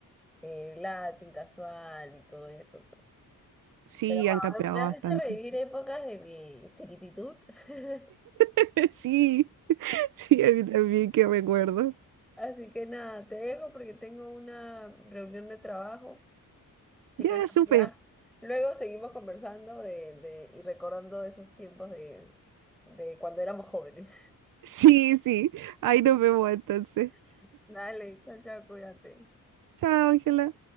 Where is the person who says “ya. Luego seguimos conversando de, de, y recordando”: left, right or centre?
Centre